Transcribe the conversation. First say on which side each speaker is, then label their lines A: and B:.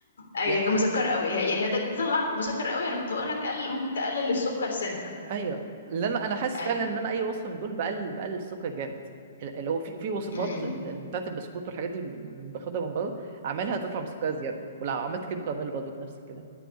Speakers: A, on the left (about 60°); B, on the right (about 40°).
A: ايوه
B: يعني
A: هي كان مسكر قوي هي- يعني هي ده ده طلع مسكر قوي انا كنت هقول لك قل ممكن تقلل السكر سنة
B: ايوه اللي انا انا حاسس
A: ايوه
B: فعلا ان انا اي وصف من دول بقلل بقلل الثقه جامد اللي هو في في وصفات
A: امم
B: ال- بتاعت البسكوت والحاجات دي اللي باخدها من بره اعملها تطلع مسكره زياده ولو عملت كيم كراميل برضه نفس الكلام